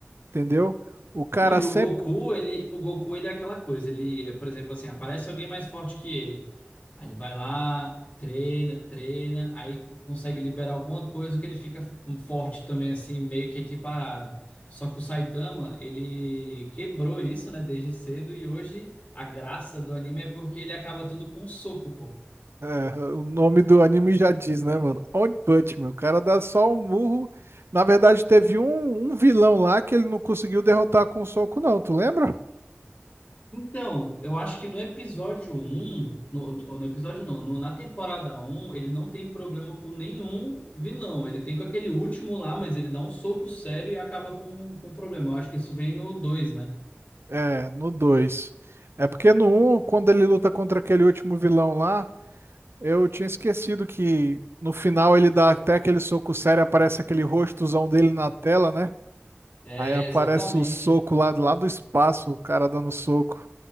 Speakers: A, on the right (about 75°); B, on the left (about 35°).
A: entendeu? O cara
B: Não, e
A: sempre
B: o Goku, ele, o Goku, ele é aquela coisa, ele, por exemplo, assim, aparece alguém mais forte que ele. Aí ele vai lá, treina, treina, aí consegue liberar alguma coisa que ele fica forte também, assim, meio que equiparado. Só que o Saitama, ele quebrou isso, né, desde cedo, e hoje a graça do anime é porque ele acaba tudo com um soco, pô.
A: É, o nome do anime já diz, né, mano? One Punch Man. O cara dá só um murro. Na verdade, teve um, um vilão lá que ele não conseguiu derrotar com um soco, não. Tu lembra?
B: Então, eu acho que no episódio um no, no episódio não, no- na temporada um ele não tem problema com nenhum vilão. Ele tem com aquele último lá, mas ele dá um soco sério e acaba com, com problema. Eu acho que isso vem no dois né?
A: É, no 2. É porque no um quando ele luta contra aquele último vilão lá, eu tinha esquecido que no final ele dá até aquele soco sério, aparece aquele rostozão dele na tela, né?
B: É,
A: Aí aparece
B: exatamente.
A: o soco lá, lá do espaço, o cara dando soco.